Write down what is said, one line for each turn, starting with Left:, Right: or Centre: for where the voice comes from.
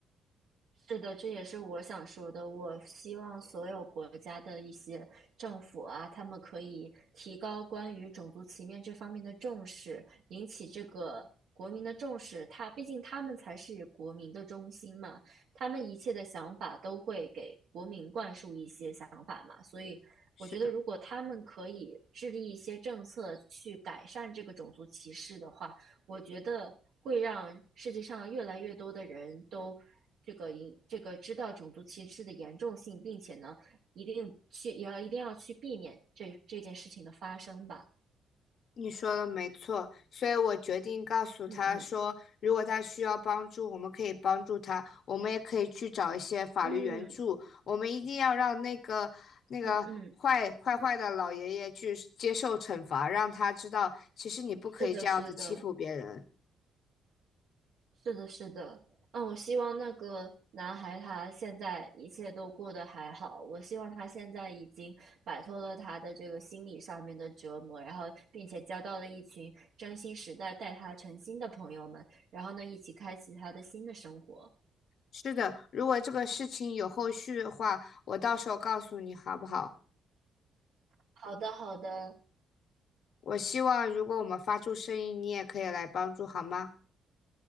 Right: 是的，这也是我想说的。我希望所有国家的一些政府啊，他们可以提高关于种族歧视这方面的重视，引起这个国民的重视。他毕竟他们才是国民的中心嘛，他们一切的想法都会给国民灌输一些想法嘛。所以，
Left: 是的，
Right: 我觉得如果他们可以制定一些政策去改善这个种族歧视的话，我觉得会让世界上越来越多的人都这个这个知道种族歧视的严重性，并且呢，一定去也要一定要去避免这这件事情的发生吧。
Left: 你说的没错，所以我决定告诉他说，
Right: 嗯嗯
Left: 如果他需要帮助，我们可以帮助他，我们也可以去找一些法律援助，
Right: 嗯
Left: 我们一定要让那个那个坏坏坏的老爷爷去接受惩罚，
Right: 嗯嗯，
Left: 让他知道其实你不可以这样子欺负别人。
Right: 是的，是的，是的，是的。啊，我希望那个男孩他现在一切都过得还好。我希望他现在已经摆脱了他的这个心理上面的折磨，然后并且交到了一群真心实在待他诚心的朋友们，然后呢，一起开启他的新的生活。
Left: 是的，如果这个事情有后续的话，我到时候告诉你好不好？
Right: 好的，好的。
Left: 我希望如果我们发出声音，你也可以来帮助，好吗？